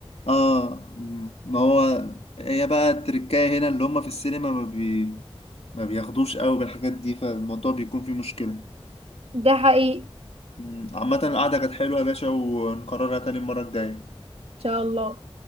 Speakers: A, on the left (about 80°); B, on the right (about 75°).
A: اه مم. ما هو هي بقى التركاية هنا اللي هم في السينما ما بي... ما بياخدوش قوي بالحاجات دي فالموضوع بيكون فيه مشكلة
B: ده حقيقي إن
A: مم. عامة القعدة كانت حلوة يا باشا ونكررها تاني المرة الجاية
B: شاء الله